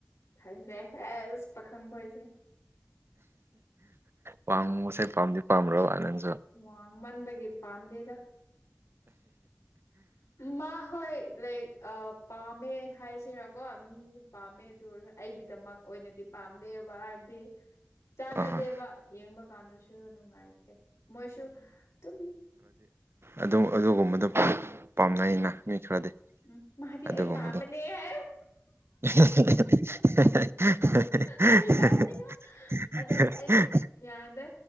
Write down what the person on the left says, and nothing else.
ꯈꯪꯗ꯭ꯔꯦ ꯍꯩꯁ ꯄꯥꯈꯪ ꯈꯣꯏꯁꯦ
ꯋꯥꯡꯃꯟꯕꯒꯤ ꯄꯥꯝꯗꯦꯗ ꯃꯥ ꯍꯣꯏ ꯂꯥꯏꯛ ꯑ ꯄꯥꯝꯃꯦ ꯍꯥꯏꯁꯤꯔꯀꯣ ꯃꯤꯁꯦ ꯄꯥꯝꯃꯦ ꯑꯗꯨ ꯑꯣꯏꯔꯁꯨ ꯑꯩꯒꯤꯗꯃꯛ ꯑꯣꯏꯗꯗꯤ ꯄꯥꯝꯗꯦꯕ ꯍꯥꯏꯕꯗꯤ ꯆꯥꯟꯅꯗꯦꯕ
ꯌꯦꯡꯕ ꯀꯥꯟꯗꯁꯨ ꯅꯨꯡꯉꯥꯏꯇꯦ ꯃꯣꯏꯁꯨ ꯗꯨꯝ
ꯎꯝ ꯃꯥꯗꯤ
ꯑꯩ ꯄꯥꯝꯕꯅꯤꯍꯦ
ꯐꯥꯒꯤ ꯇꯧꯕꯅꯦ ꯑꯗ ꯑꯩꯗꯤ ꯌꯥꯗꯦ